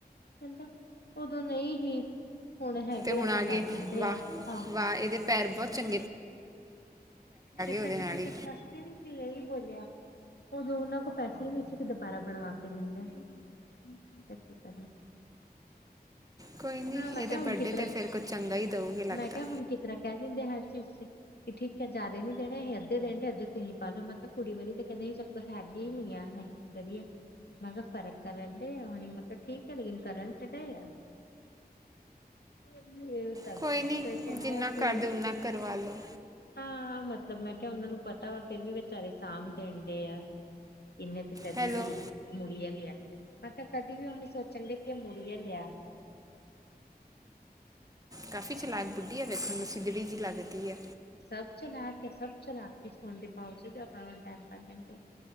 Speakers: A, on the left; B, on the right.
A: ਕਹਿੰਦਾ ਉਦੋਂ ਨਹੀਂ ਹੀ ਹੁਣ ਹੈਗੇ
B: ਹੁਣ
A: ਆ ਤੇ
B: ਗਏ
A: ਕਰ ਦਿੰਦੇ
B: ਵਾਹ
A: ਆ ਹਾ।
B: ਵਾਹ ਇਹਦੇ ਪੈਰ ਬਹੁਤ ਚੰਗ
A: ਤੇ ਸਰਟੀਫਿਕੇਟ
B: ਉਹਦੇ ਨਾਲ ਹੀ
A: ਵੇ ਇਹੀ ਬੋਲਿਆ ਉਦੋਂ ਉਹਨਾਂ ਕੋਲ ਪੈਸੇ ਹੀ ਨਹੀਂ ਸੀ ਕਿ ਦੁਬਾਰਾ ਬਣਵਾ ਕੇ ਦਿੰਦੇ। <unintelligible>
B: ਕੋਈ ਨਹੀਂ
A: ਹਾਂ ਮੈਂ
B: ਇਹਦੇ
A: ਕਿਹਾ ਹੁਣ
B: ਬਡੇ
A: ਕਿਤਰਾ
B: ਤੇ ਫੇਰ ਕੁਝ ਚੰਗਾ ਹੀ ਦਊਗੇ। ਲੱਗਦਾ
A: ਮੈਂ ਕਿਹਾ ਹੁਣ ਕਿਤਰ੍ਹਾਂ ਕਹ ਦਿੰਦੇ ਹਰ ਚੀਜ਼ ਚ। ਕਿ ਠੀਕ ਹੈ ਜਿਆਦੇ ਨੀ ਦੇਣੇ ਅਸੀਂ ਅੱਧੇ ਦੇਨੇਂ ਹ ਤੇ ਅੱਧੇ ਤੁਸੀਂ ਪਾਲਓ ਮੈਂ ਕਿਹਾ ਕੁੜੀ ਵਾਰੀ ਤੇ ਕਹਿੰਦੇ ਹੀ ਸਾਡੇ ਕੋਲ ਹੈਗੇ ਹੀ ਨੀ ਅਈ। ਕਰੀਏ। ਮੈਂ ਕਿਹਾ ਫਰਕ ਕਰਨ ਡਏ ਆ ਮੈਂ ਕਿਹਾ ਠੀਕ ਹੈ ਲੇਕਿਨ ਕਰੰਟ ਤੇ ਡਏ ਆ <unintelligible>
B: ਕੋਈ ਨਹੀਂ
A: ਫਿਰ ਕਹਿੰਦਾ
B: ਜਿੰਨਾ
A: ਕਿ
B: ਕਰ ਦਿਓ ਉਨ੍ਹਾਂ ਕਰਵਾ ਲਓ।
A: ਹਾਂ ਮਤਲਬ ਮੈਂ ਕਿਹਾ ਉਹਨਾਂ ਨੂੰ ਪਤਾ ਵਾ, ਫੇਰ ਵੀ ਵਿਚਾਰੇ ਸਾਂਭ ਦੇਣ ਡਏ ਆ। ਇੰਨੇ ਤੇ ਕਦੀ
B: ਹੈਲੋ
A: ਵੀ ਮੁੜੀਆਂ ਲੈ ਆ ਮੈਂ ਕਿਹਾ ਕਦੀ ਵੀ ਉਹਣੀ ਸੋਚਣ ਦੇ ਕੀ ਮੁੜੀਆਂ ਲੈ ਆ।
B: ਕਾਫੀ ਚਲਾਕ ਬੁੱਢੀ ਆ ਵੇਖਣ ਨੂੰ ਸਿਧੜੀ ਜਿਹੀ ਲੱਗਦੀ ਆ।
A: ਸਭ ਚਲਾਕ ਹੈ ਸਭ ਚਲਾਕ <unintelligible> ਹੋਣ ਦੇ ਬਾਵਜੂਦ <unintelligible> ਕਰ ਦੇਂਦੇ।